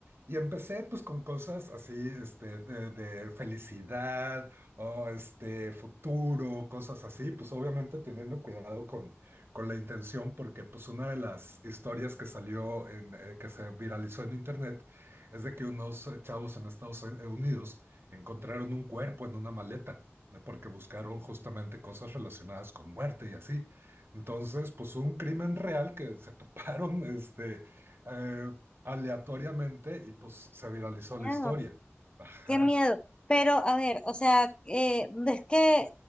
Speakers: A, on the right; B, on the left.
A: Y empecé pues con cosas así, este, de, de felicidad o este futuro, cosas así, pues obviamente teniendo cuidado con con la intención porque pues una de las historias que salió en, eh, que se viralizó en internet es de que unos eh, chavos en Estados Unidos encontraron un cuerpo en una maleta ¿no? porque buscaron justamente cosas relacionadas con muerte y así. Entonces, pues un crimen real que se <laughs> toparon este eh, aleatoriamente y pues se viralizó la
B: Ah,
A: historia. Ajá.
B: qué miedo. Pero a ver, o sea, eh, ves que